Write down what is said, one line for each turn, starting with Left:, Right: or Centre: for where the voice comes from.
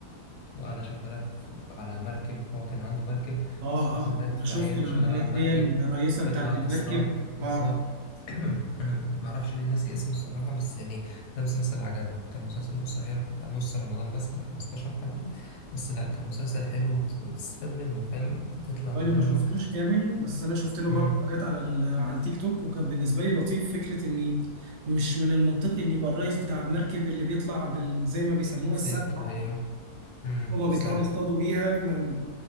Left: وقاعدة شغالة في على مركب هو كان عنده مركب
Right: آه
Left: بس جوزها
Right: آه
Left: مات
Right: أنا
Left: فهي
Right: شفته
Left: اللي
Right: لما
Left: شغالة
Right: كانت
Left: على المركب
Right: هي الرئيسة بتاعت
Left: تطلع
Right: المركب
Left: تصطاد بالظبط
Right: آه
Left: <clears throat> أنا معرفش ليه ناسي اسمه الصراحة بس يعني ده مسلسل عجبني كان مسلسل قصير بتاع نص رمضان بس كان 15 حلقة بس لأ كان مسلسل حلو وت- وتستفاد منه فاهم تطلع
Right: هو
Left: منه
Right: انا ما شفتوش كامل بس انا شفت له
Left: مم.
Right: برضه حاجات على ال- على التيك توك وكان بالنسبه لي لطيف فكره اني مش من المنطقي ان يبقى الرئيس بتاع المركب اللي بيطلع بال... زي ما بيسموها
Left: ست
Right: السبحه
Left: أيوه مم.
Right: هما بيطلعوا
Left: صراحة
Right: يصطادوا بيها ما...